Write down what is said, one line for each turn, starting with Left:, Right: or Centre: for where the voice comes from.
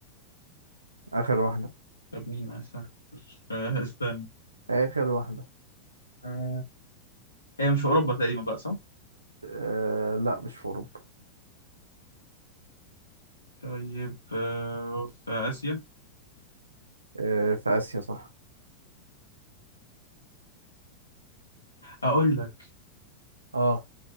Right: آخر واحدة
Left: طب مين استنى آه، <laughs> استنى
Right: آخر واحدة
Left: آه... هي مش في أوروبا تقريبا بقى صح؟
Right: آه لا مش في أوروبا
Left: طيب آه... في آسيا
Right: آه في آسيا صح
Left: أقول لك
Right: اه